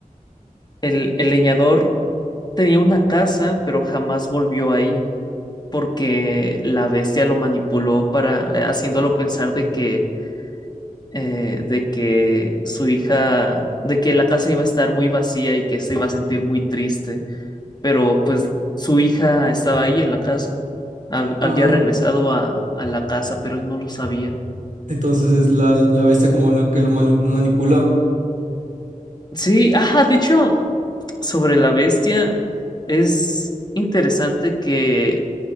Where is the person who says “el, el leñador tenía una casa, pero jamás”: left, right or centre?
Left